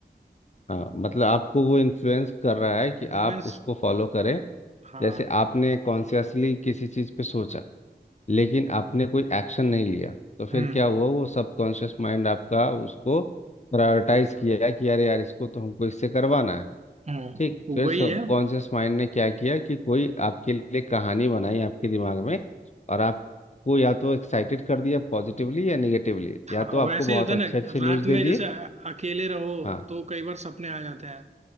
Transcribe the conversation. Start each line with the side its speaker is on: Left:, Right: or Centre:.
Left: हाँ मतलब आपको वो इन्फ्लुएंस कर रहा है कि
Right: इन्फ्लुएंस
Left: आप उसको फॉलो करें
Right: हाँ
Left: जैसे आपने कॉन्शियसली किसी चीज़ पे सोचा लेकिन आपने कोई एक्शन नहीं लिया तो फिर
Right: हम्म
Left: क्या हुआ वो सबकॉन्शियस माइंड आपका उसको प्रायोरिटाइज किया कि अरे यार इसको तो हमको इससे करवाना है
Right: हम्म
Left: ठीक
Right: तो
Left: फिर
Right: वही
Left: सबकॉन्शियस
Right: है
Left: माइंड ने क्या किया कि कोई आपके लिए कहानी बनाई आपके दिमाग में और आपको या तो एक्साइटेड कर दिया पॉजिटिवली या निगेटिवली
Right: हाँ
Left: या तो आपको
Right: वैसे
Left: बहुत
Right: ही होता है
Left: अच्छे
Right: ना
Left: अच्छे न्यूज़
Right: रात में
Left: दे दिए
Right: जैसे अकेले रहो
Left: हाँ
Right: तो कई बार सपने आ जाते हैं